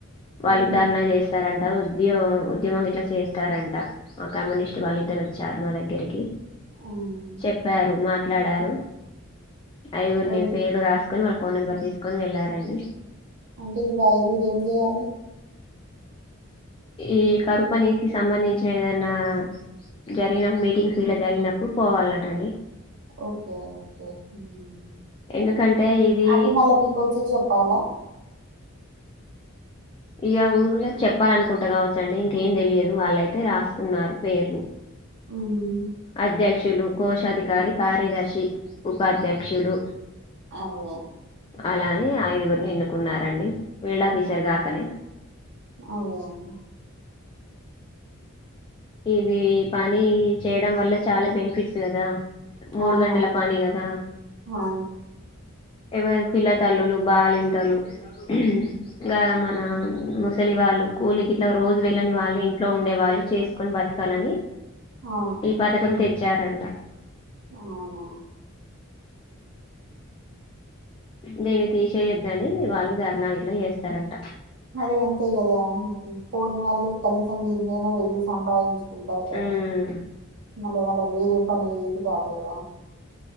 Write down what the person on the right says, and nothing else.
హ్మ్.
హ్మ్.
ఓన్లీ
అంటే ఇప్పుడు ఐదుగురు ఏం చేయ్యాలి
ఓకే. ఓకే. హ్మ్.
అవి మళ్ళా మీకొచ్చి చెప్పాలా?
అవును
అవ్వే
హ్మ్.
అదే అండి.
అవునవును.
అవును.
అవును
ఉమ్
అవునా
అరే అంతే గదా. పోని వాళ్ళు కనీసం మీనైనా వెళ్ళి సంపాదించుకుంటారు కదా.
మల్ల వాళక్ వేరే పని ఏది కాదుగాదా